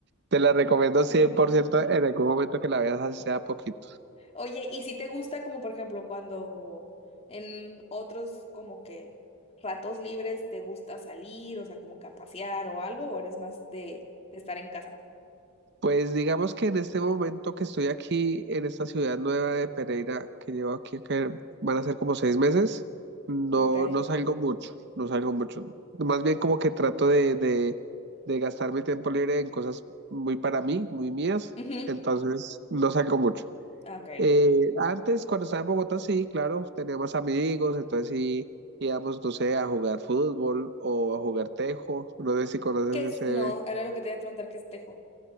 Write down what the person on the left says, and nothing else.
<laughs>
Oye, ¿y si te gusta como por ejemplo cuando en otros como que ratos libres te gusta salir, o sea, como que a pasear o algo, o eres más de, de estar en casa?
Ok.
Ujú,
Ah, Ok.
¿Qué es?
No, era lo que te iba a preguntar, ¿qué es tejo?